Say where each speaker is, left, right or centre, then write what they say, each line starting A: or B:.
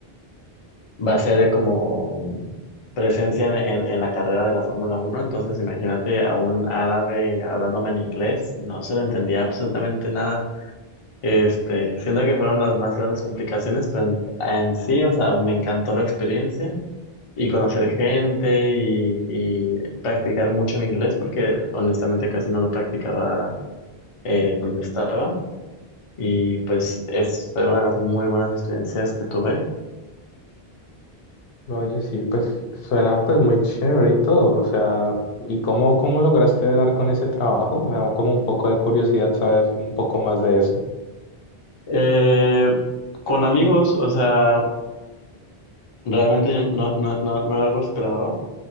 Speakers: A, on the left (about 45°); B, on the left (about 70°).
A: va a ser de como presencia en, en- en la carrera de la Fórmula Uno entonces imagínate a un árabe hablándome en inglés, no se le entendía absolutamente nada. Este, siendo que fueron las más grandes complicaciones, pero en, en sí, o sea, me encantó la experiencia y conocer gente y, y practicar mucho mi inglés, porque honestamente casi no lo practicaba eh, donde estaba. Y pues es, fue una de las muy buenas experiencias que tuve.
B: No, Oye, sí, pues suena pues muy chévere y todo, o sea, ¿y cómo, cómo lograste dar con ese trabajo? Me da como un poco de curiosidad saber un poco más de eso.
A: Eh, con amigos, o sea, realmente yo no, no, no, no era algo esperado,